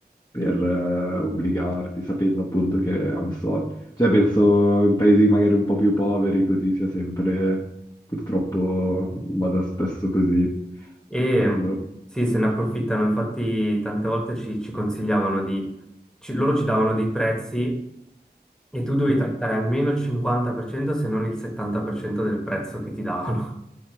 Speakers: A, on the left; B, in the centre.
A: per eh, obbligarti, sapendo appunto che hanno soldi. Cioè, penso in paesi magari un po' più poveri, così sia sempre, purtroppo vada spesso così.
B: E
A: No, me lo-
B: sì, se ne approfittano, infatti tante volte ci, ci consigliavano di... ci- loro ci davano dei prezzi E tu dovevi
A: no.
B: trattare almeno il 50% se non il 70% del prezzo che ti davano.